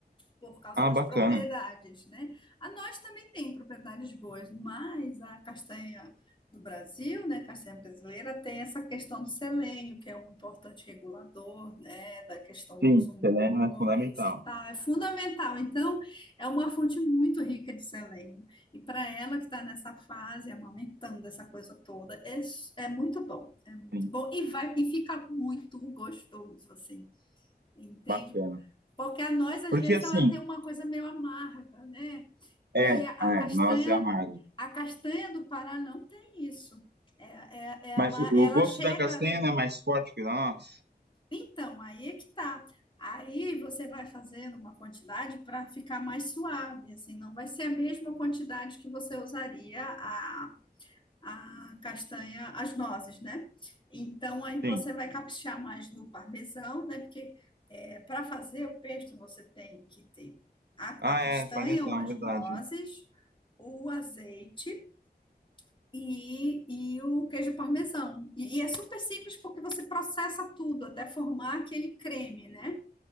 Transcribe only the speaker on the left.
por causa
das
propriedades, né? A nós também tem propriedades boas, mas a castanha do Brasil, né, castanha brasileira, tem essa questão do selênio, que é um importante regulador, né, da questão
dos humores
e tal, é fundamental. Então, é uma fonte muito rica de selênio. E para ela que está nessa fase, amamentando essa coisa toda, é, é muito bom, é muito
bom e vai e fica muito gostoso, assim entende?
Porque a noz, às
vezes,
ela tem uma coisa meio amarga, né?
E a,
a castanha,
a castanha do Pará não tem isso. É, é- ela,
ela
chega.
Então, aí é que tá. Aí você vai fazendo uma quantidade para ficar mais suave, assim, não vai ser a mesma quantidade que você usaria a a castanha, as nozes, né? Então aí você
vai caprichar mais no parmesão, né? Porque para fazer o pesto você tem que ter a,
a castanha
ou as
nozes, o azeite e, e o queijo parmesão. E, e é super simples porque você processa tudo até formar aquele creme, né?